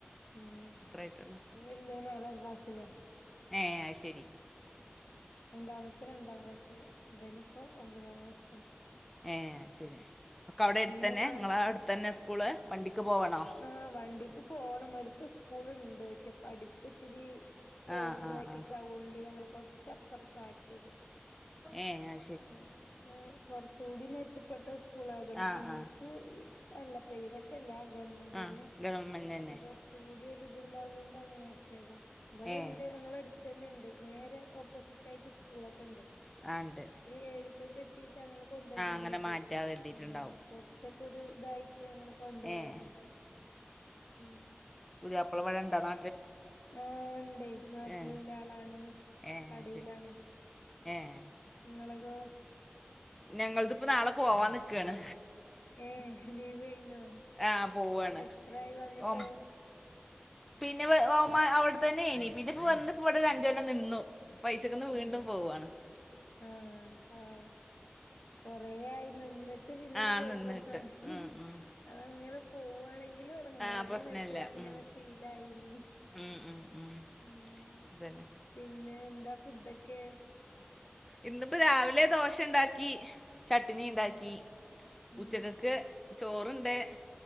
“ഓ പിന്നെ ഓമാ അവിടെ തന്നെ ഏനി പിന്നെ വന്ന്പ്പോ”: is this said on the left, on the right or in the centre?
Centre